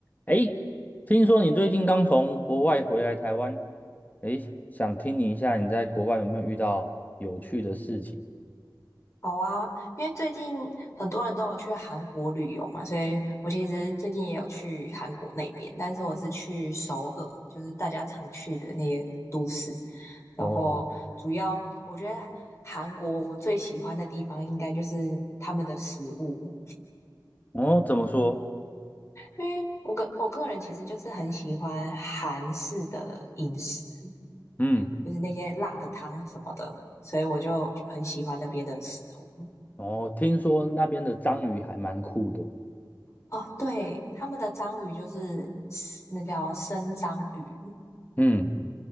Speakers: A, on the left; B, on the left.
A: 诶，听说你最近刚从国外回来台湾，诶，想听你一下你在国外有没有遇到有趣的事情？
B: 好啊，因为最近很多人都有去韩国旅游嘛，所以我其实最近也有去韩国那边，但是我是去首尔，就是大家常去的那些都市。然后主要我觉得韩国我最喜欢的地方应该就是他们的食物，
A: 哦，哦，怎么说？
B: 因为我个我个人其实就是很喜欢韩式的饮食，
A: 嗯，
B: 就是那些辣的汤什么的，所以我就很喜欢那边的食物。
A: 哦，听说那边的章鱼还蛮酷的。
B: 哦，对，他们的章鱼就是那叫生章鱼，
A: 嗯，